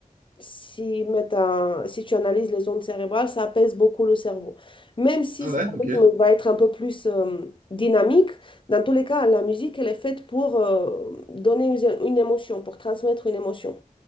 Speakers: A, on the left; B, on the right.
A: si, mettent un- si tu analyses les ondes cérébrales, ça apaise beaucoup le cerveau. Même si
B: Ah
A: ce
B: ouais, ok.
A: rythme va être un peu plus euh, dynamique, dans tous les cas, la musique, elle est faite pour euh, donner une, une émotion, pour transmettre une émotion